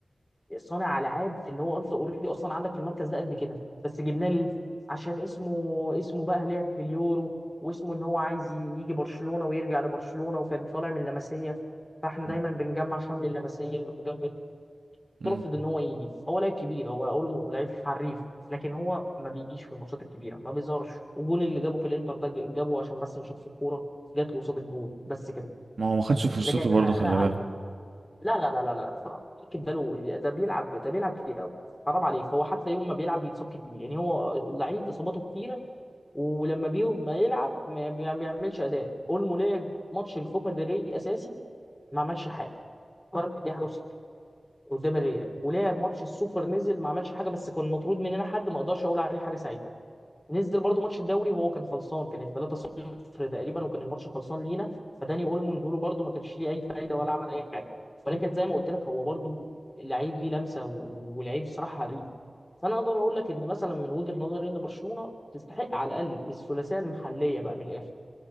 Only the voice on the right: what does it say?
مم.
مم.
ما هو ما خدش فرصته
برضه
خلي بالك